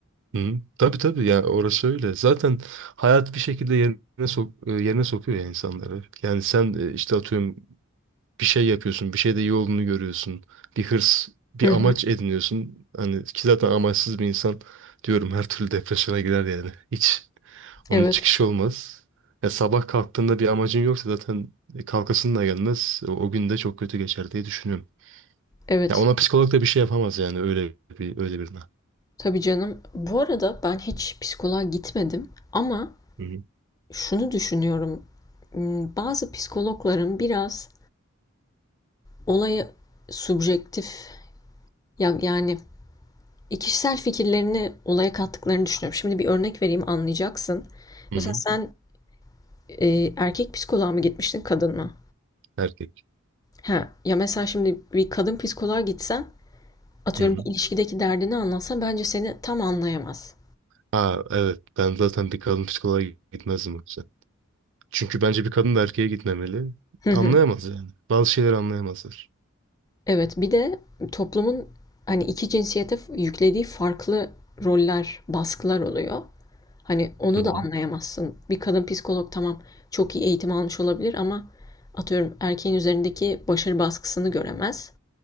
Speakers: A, on the right (about 60°); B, on the left (about 15°).
A: Hı. Tabii tabii ya orası öyle. Zaten hayat bir şekilde yerine sok e, yerine sokuyor ya insanları. Yani sen e, işte atıyorum bir şey yapıyorsun, bir şeyde iyi olduğunu görüyorsun. Bir hırs, bir
B: Hı hı.
A: amaç ediniyorsun. Hani ki zaten amaçsız bir insan diyorum her türlü depresyona girer yani. Hiç onun
B: Evet.
A: çıkışı olmaz. Ya sabah kalktığında bir amacın yoksa zaten e, kalkasın da gelmez. O, o gün de çok kötü geçer diye düşünüyorum.
B: Evet.
A: Ya ona psikolog da bir şey yapamaz yani öyle bir öyle birine.
B: Tabii canım. Bu arada ben hiç psikoloğa gitmedim ama
A: Hı hı.
B: şunu düşünüyorum. Hmm, Bazı psikologların biraz olaya subjektif ya yani kişisel fikirlerini olaya kattıklarını düşünüyorum. Şimdi bir örnek vereyim anlayacaksın.
A: Hı
B: Mesela
A: hı.
B: sen Ee, erkek psikoloğa mı gitmiştin, kadın mı?
A: Erkek.
B: Ha, ya mesela şimdi bir kadın psikoloğa gitsen, atıyorum
A: Hı hı.
B: bir ilişkideki derdini anlatsa bence seni tam anlayamaz.
A: Ha evet ben zaten bir kadın psikoloğa gitmezdim yoksa. Çünkü bence bir kadın da erkeğe gitmemeli.
B: Hı hı.
A: Anlayamaz yani. Bazı şeyleri anlayamazlar.
B: Evet, bir de toplumun hani iki cinsiyete f- yüklediği farklı roller, baskılar oluyor. Hani onu
A: Hı hı.
B: da anlayamazsın. Bir kadın psikolog tamam çok iyi eğitim almış olabilir ama atıyorum erkeğin üzerindeki başarı baskısını göremez.